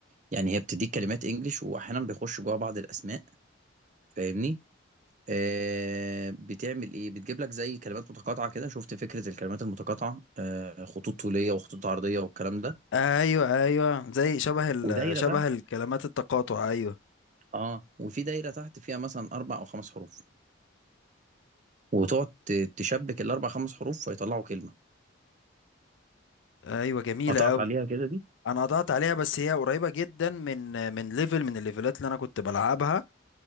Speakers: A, on the right; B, on the left.
A: يعني هي بتديك كلمات انجليش واحيانا بيخش جوا بعض الاسماء فاهمني آه بتعمل ايه بتجيب لك زي كلمات متقاطعة كده شفت فكرة الكلمات المتقاطعة آه خطوط طولية وخطوط عرضية والكلام ده
B: أيوة أيوة زي شبه ال
A: ودايرة
B: شبه
A: تحت
B: الكلمات التقاطع أيوة
A: اه وفي دايرة تحت فيها مثلا أربع أو خمس حروف وتقعد ت- تشبك الأربع خمس حروف فيطلعوا كلمة
B: أيوة جميلة
A: قطعت
B: أوي
A: عليها كده دي
B: أنا قطعت عليها بس هي قريبة جدا من من ليفل من الليفلات اللي أنا كنت بلعبها